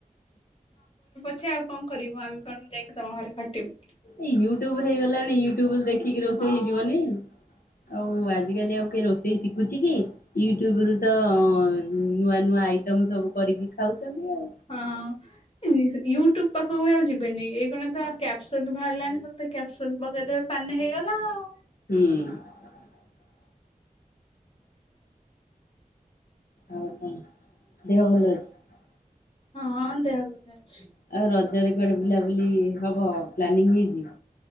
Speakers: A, on the left; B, on the left.
A: ଛେ ଆଉ କଣ କରିବୁ ଆମେ କଣ ଯାଇକି ତମ ଘରେ ଖଟିବୁ।
B: ଏଇ ୟୁଟ୍ୟୁବ ହେଇଗଲାଣି ୟୁଟ୍ୟୁବ ଦେଖି କି ରୋଷେଇ
A: ହଁ
B: ହେଇଯିବନି? ଆଉ ଆଜିକାଲି ଆଉ କିଏ ରୋଷେଇ ଶିଖୁଛି କି ୟୁଟ୍ୟୁବ ରୁ ତ ନୂଆ ନୂଆ ଆଇଟମ ସବୁ କରିକି ଖାଉଛି ଦାମି ଆଉ।
A: ହଁ। ୟୁଟ୍ୟୁବ ପାଖକୁ ବି ଆଉ ଯିବେନି ଏଇ କଣ ତ କ୍ୟାପସନ୍ ବାହାରିଲାନି ତ କ୍ୟାପସନ୍ ପକେଇଦେବେ ପାଣିରେ ହେଇଗଲା ଆଉ।
B: ହୁଁ। ଆଉ କଣ ଦେହ ଭଲ ଅଛି?
A: ହଁ ଦେହ ଭ ଆଛ୍
B: ଆଉ ରଜରେ କୁଆଡେ ବୁଲାବୁଲି ହବ ପ୍ଲାନିଂ ହେଇଛି?